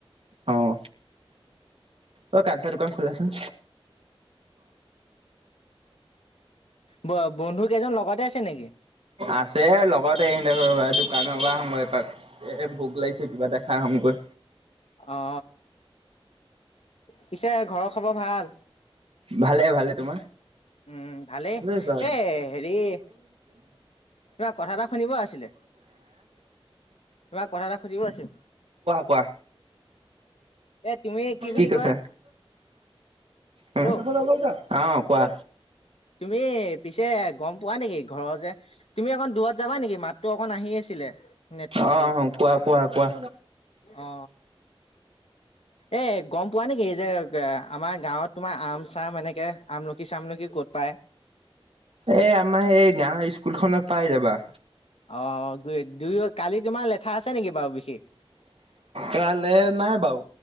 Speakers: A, on the right; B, on the left.
A: অহ অ কাঞ্চা দোকান খোলা আছে নে?
B: ব বন্ধু কেইজন লগতে আছে নেকি?
A: আছে লগতে এ দোকান লগাম মই এপাক এ ভোক লাগিছে কিবা এটা খাই আহোগৈ।
B: অ পিছে ঘৰৰ খবৰ ভাল?
A: ভালে ভালে। তোমাৰ?
B: উম ভালেই
A: কোৱা
B: এ হেৰি তোমাৰ কথা এটা শুনিব আছিলে তোমাৰ কথা এটা সুধিব আছিল
A: কোৱা
B: এ তুমি বুলি
A: কি কৈছা
B: কয় হেল্ল'
A: অ কোৱা।
B: তুমি পিছে গম পোৱা নেকি ঘৰৰ যে তুমি অকণ দূৰত যাবা নেকি মাতটো অকন আহি আছিলে নেটৱৰ্কটো
A: অ কোৱা কোৱা কোৱা
B: অ, এ গম পোৱা নেকি যে, আমাৰ গাঁৱত তোমাৰ আম চাম এনেকে আমলখি চামলখি, কি ক'ত পায়।
A: এ আমাৰ এই গাঁৱৰ স্কুলখনত পাই যাবা।
B: অ দুই দুই কালি তোমাৰ লে, লেঠা আছে নেকি বাৰু বিশেষ।
A: কাইলে নাই বাৰু